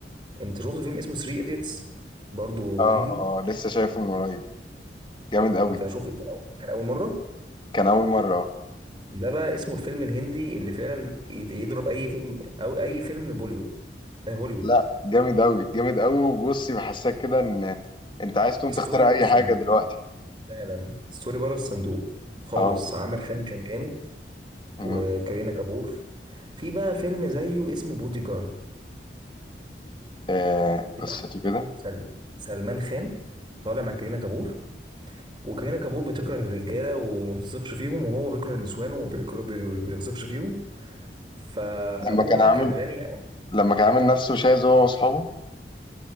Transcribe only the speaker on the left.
آه
آه، لسه شايفه من قريب جامد قوي
كان أول مرة أه
لا جامد قوي جامد قوي وبصي بحسك كده إن انت عايز تقوم
تخترع
اي
حاجه دلوقتي
اه
مم.
آه،
قصته كده
لما كان عامل
لما كان عامل نفسه شاذ هو واصحابه